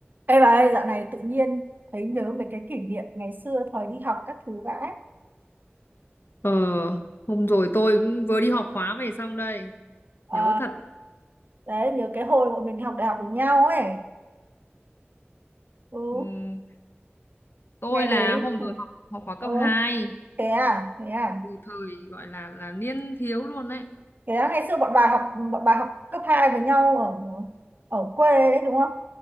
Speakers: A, on the right; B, on the left.
A: Ê bà ơi, dạo này tự nhiên thấy nhớ về cái kỷ niệm ngày xưa thời đi học các thứ vãi.
B: Ờ, hôm rồi tôi cũng vừa đi học khóa về xong đây.
A: Ờ,
B: Nhớ thật,
A: đấy, nhớ cái hồi bọn mình học đại học với nhau ấy. Ừ,
B: ừm, tôi
A: ngày
B: là
A: đấy.
B: hôm rồi học học khóa cấp
A: Ừ,
B: 2
A: thế à, thế à.
B: từ thời gọi là là niên thiếu luôn đấy.
A: Thế à, ngày xưa bọn bà học bọn bà học cấp 2 với nhau ở ở quê đấy đúng không?